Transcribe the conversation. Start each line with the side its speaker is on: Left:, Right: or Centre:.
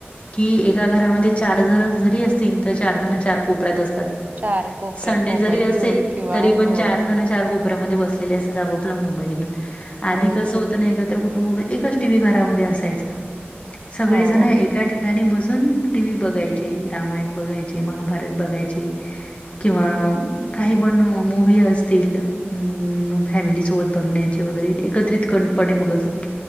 Left: की एका घरामध्ये
Right: हं.
Left: चार जण जरी असतील, तर चार जण चार कोपऱ्यात असतील. तात.
Right: चार कोपऱ्यात
Left: संडे
Right: मोबाईल
Left: जरी असेल
Right: घेऊन किंवा
Left: तरी पण
Right: हो,
Left: चार जण चार कोप पऱ्यामध्ये बसलेले असतात आपापला मोबाईल घेउन, आधी
Right: हो,
Left: कसं होतंना एकत्र कुटु टुंब म एकच टी व्ही घरामधे असायचा सगळेजण
Right: हो,
Left: एका
Right: हो.
Left: ठिकाणी बसु सून टीवी बगायचे, रामायण बघायचे, महाभारत बघायचे किंवा आं काही पण म मूवी असतील असतील फॅमिली सोबत बघण्याचे वगैरे एकत्रितकणपणे बघत होती